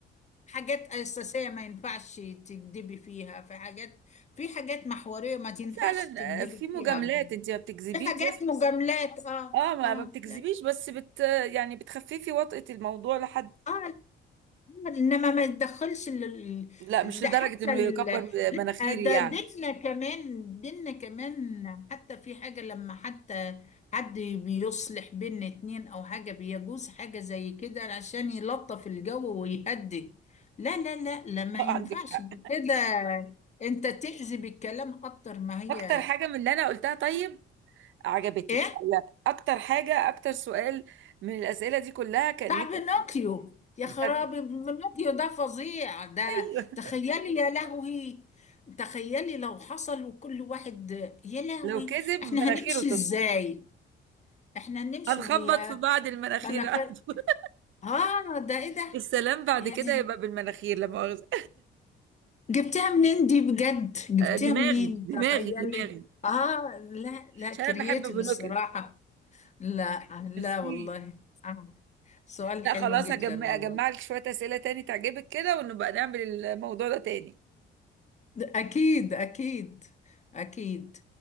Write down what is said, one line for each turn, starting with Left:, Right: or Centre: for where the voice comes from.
Left: حاجات اساسيه ما ينفعش تكذبي فيها في حاجات في حاجات محوريه ما تنفعش
Right: وفعلا
Left: تكذبي
Right: آه، في مجاملات
Left: فيها
Right: انت ما بتكذبيش
Left: في حاجات
Right: بس
Left: مجاملات اه
Right: اه ما
Left: اه
Right: ما بتكذبيش
Left: لا اه
Right: بس بت يعني بتخففي وطأة الموضوع لحد
Left: لا. آه، انما ما يتدخلش ال-
Right: لا مش
Left: ال- ده
Right: لدرجة
Left: حتى
Right: انه
Left: ال...
Right: يكبر مناخيري
Left: لا ده
Right: يعني
Left: ديننا كمان ديننا كمان حتى في حاجة لما حتى حد بيصلح بين اتنين او حاجة بيجوز حاجة زي كده عشان يلطف الجو ويهدي لا لا لا لا ما
Right: <laughs> آه،
Left: ينفعش
Right: عندك حق
Left: ده كده انت تأذي بالكلام اكتر ما هي
Right: اكتر حاجة من اللي انا قلتها طيب عجبتك
Left: ايه
Right: لا اكتر حاجة اكتر سؤال من الاسئلة دي كلها كان
Left: بتاع
Right: نفسك
Left: بينوكيو يا
Right: بتعمل-
Left: خرابي بينوكيو ده فظيع ده
Right: <laughs> ايوه
Left: تخيلي يا لهوي تخيلي لو حصل وكل واحد يا لهوي
Right: لو كذب مناخيره
Left: احنا هنمشي
Right: تطلع
Left: ازاي احنا هنمشي
Right: هنخبط
Left: وهي
Right: في بعض المناخير
Left: انا ك...
Right: على طول. <laughs>
Left: اه ده ايه ده
Right: السلام بعد
Left: يعني
Right: كده يبقى بالمناخير لا مؤاخذة
Left: جبتها منين دي بجد
Right: <laughs>
Left: جبتها
Right: آه، دماغي
Left: منين
Right: دماغي
Left: تخيلي
Right: دماغي
Left: اه لا لا
Right: عشان
Left: كرييتيف
Right: انا بحب بلوكت
Left: الصراحة لا لا
Right: ميرسي
Left: والله آه. سؤال
Right: لا
Left: حلو
Right: خلاص
Left: جدا
Right: هجمع
Left: والله
Right: اجمع لك شوية اسئلة تاني تعجبك كده ونبقى نعمل الموضوع ده تاني
Left: أكيد أكيد أكيد